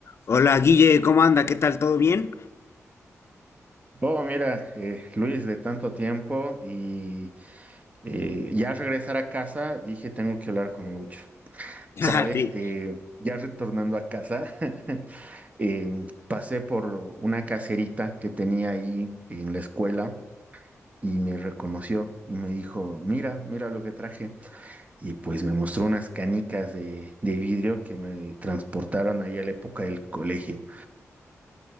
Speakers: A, on the left (about 50°); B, on the right (about 25°).
A: Hola Guille, ¿cómo anda? ¿Qué tal? ¿Todo bien?
B: Oh, mira, eh, Luis, de tanto tiempo y eh, ya al regresar a casa dije tengo que hablar con Lucho.
A: <laughs>
B: Sabes,
A: Ah, sí.
B: Eh, ya retornando a casa, <laughs> eh, pasé por una caserita que tenía ahí en la escuela y me reconoció y me dijo, mira, mira lo que traje. Y pues me mostró unas canicas de, de vidrio que me transportaron ahí a la época del colegio.